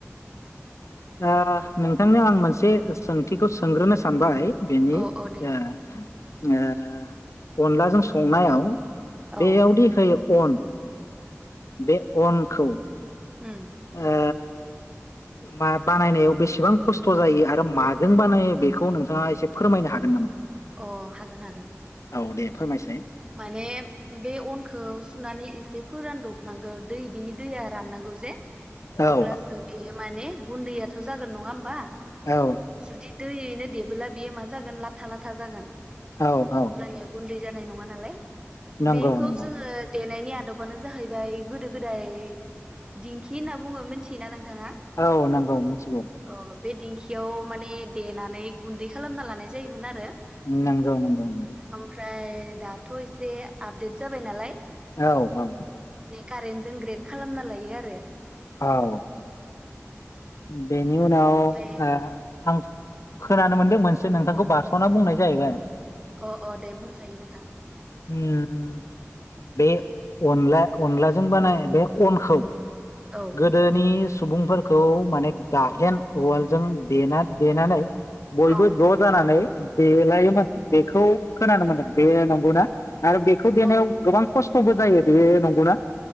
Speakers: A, on the left; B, on the right.
A: ओ नोंथांनो आं मोनसे सोंथिखौ सोंग्रोनो सानबाय बेनि
B: औ
A: ओ
B: औ दे
A: ओ ओ अनलाजों संनायाव
B: औ
A: बेयाव दे होयो अन बे अन खौ
B: उम
A: ओ मा बानायनायाव बेसेबां खस्थ' जायो आरो माजों बानायो बेखौ नोंथाङा एसे फोरमायनो हागोन नामा?
B: अ हागोन हागोन
A: औ दे फोरमायसाय
B: माने बे अनखौ सुनानै एसे फोरानदब नांगौ दै बिनि दैया राननांगौ जे अब्लासो
A: औ
B: बेयो माने गुन्दैयाथ' जागोन नङा होमबा
A: औ
B: जुदी दैनो देबोला बेयो मा जागोन लाथा लाथ था जागोन
A: औ औ
B: अब्लानिया ग दै जानाय नङा नालाय
A: नंगौ
B: बेखौ
A: नंगौ
B: जोंङो नायनि आदबानो जाहैबाय गोदो गोदाय दिंखि होनना बुङो मिथि नों न नथाङा
A: औ नंगौ मिथिगौ
B: अ बे दिंखियाव माने देनानै गुन्दै खालामना लानाय जायोमोन आरो।
A: नंगौ नंगौ नंगौ।
B: ओमफ्राय दाथ' एसे आपदेट जाबाय नालाय
A: औ औ
B: कारेन्ट जों ग्रेड खालामना लायो आरो।
A: औ दे निउ न
B: ओमफ्राय
A: आ थां खोनानो मोनदों मोनसे नोंथांखौ बार स'ना बुंनाय जाहैबाय
B: अ अ दे बुंजायो नोंथां।
A: ओम बे अनला अनलाजों बानाय बे अनखौ
B: औ
A: गोदोनि सुबुंफोरखौ माने गाहेन उवालजों देना देनानै बयबो
B: औ
A: ज' जानानै देलायोमोन बेखौ खोननो मोनदों बे नंगौना? आरो बेखौ
B: औ
A: देनायाव गोबां खस थ'बो जायो बे नंगौना?